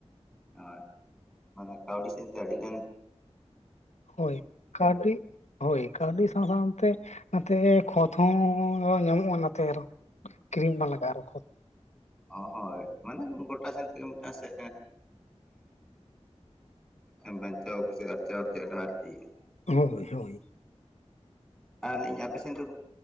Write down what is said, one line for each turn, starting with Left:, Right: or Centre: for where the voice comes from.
Centre: ᱦ ᱢᱟᱱᱮ ᱠᱟᱣᱰᱤ ᱥᱮᱱᱛᱮ ᱟᱰᱤᱜᱟᱱ
Left: ᱦᱳᱭ ᱠᱟᱰᱤ ᱦᱚᱭ ᱠᱟᱹᱣᱰᱤ ᱥᱟᱶ ᱥᱟᱶᱛᱮ ᱱᱟᱛᱮ ᱠᱷᱚᱛ ᱦᱚᱸ ᱧᱟᱢᱚᱜᱼᱟ ᱱᱟᱛᱮ ᱨᱚ ᱠᱤᱨᱤᱢ ᱵᱟᱝ ᱞᱟᱜᱟᱜᱼᱟ ᱟᱨ ᱠᱷ
Centre: ᱚ ᱦᱚᱭ ᱢᱟᱱᱮ ᱜᱚᱴᱟ ᱥᱮᱱᱛᱮ ᱢᱤᱫ ᱥᱮ ᱵᱟᱧᱪᱟᱣ ᱥᱮ ᱟᱨᱪᱟᱣ ᱨᱮᱭᱟᱜ ᱵᱟᱦᱟᱨ <unintelligible>
Left: ᱦᱚᱭ ᱦᱚᱭ
Centre: ᱟᱨ ᱤᱧ ᱟᱯᱮ ᱥᱮᱱ ᱫᱚ